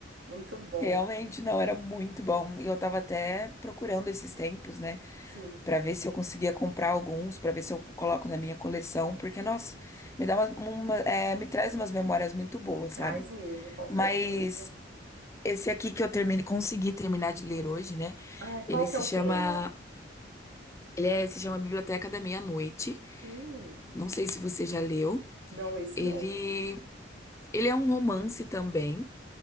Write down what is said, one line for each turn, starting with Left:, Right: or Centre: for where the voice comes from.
Right: Muito bom.
Left: Realmente, não, era muito bom. E eu tava até procurando esses tempos, né?
Right: Sim,
Left: Pra ver se eu conseguia comprar alguns, pra ver se eu coloco na minha coleção. Porque, nossa,
Right: isso.
Left: me dá uma, uma- é, me traz umas memórias muito boas,
Right: Traz
Left: sabe?
Right: mesmo, com certeza.
Left: Mas esse aqui que eu terminei, consegui terminar de ler hoje, né?
Right: Ah,
Left: Ele
Right: qual
Left: se
Right: que é o
Left: chama,
Right: tema?
Left: ele é- se chama Biblioteca da Meia-Noite.
Right: Hum,
Left: Não sei se você já leu.
Right: não, esse
Left: Ele,
Right: não.
Left: ele é um romance também,